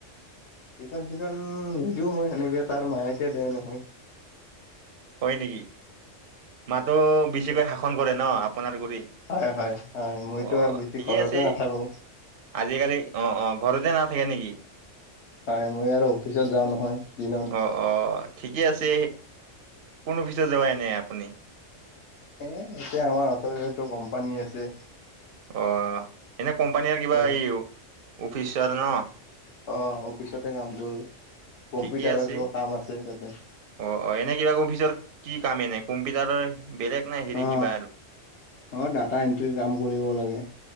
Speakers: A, on the left (about 65°); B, on the right (about 55°).
A: ইতন চিতন নিদিওঁ মই সেনেকে তাৰ মায়েকে দেই নহয়
B: হয়নেকি মাক নিচিনা শাসন কৰে ন আপোনাৰ কৰি
A: হয় হয় হয় মইতো
B: অ
A: আৰু বেছি
B: ঠিকে
A: ঘৰতে
B: আছে এই
A: নাথাকো
B: আজিকালি অ অ ঘৰতে নাথাকে নেকি
A: হয় মই আৰু অফিচত যাওঁ নহয় দিনত
B: অ অ ঠিকে আছে কোন অফিচত যাবাই এনে আপুনি
A: এ এতিয়া আমাৰ ওচৰতে কোম্পানী আছে
B: অ এনে কোম্পানীৰ
A: তাতে
B: কিবা এই অফিচাৰ ন
A: অ অফিচতে কাম কৰো কম্পিউটাৰৰ
B: ঠিকেই আছে
A: কিবা কাম আছে তাতে
B: অ অ এনে কিবা অফিচৰ কি কাম এনে কম্পিউটাৰৰ বেলেগ নাই হেৰি
A: অ
B: কিবা আৰু?
A: অ ডাটা এন্ট্ৰি কাম কৰিব লাগে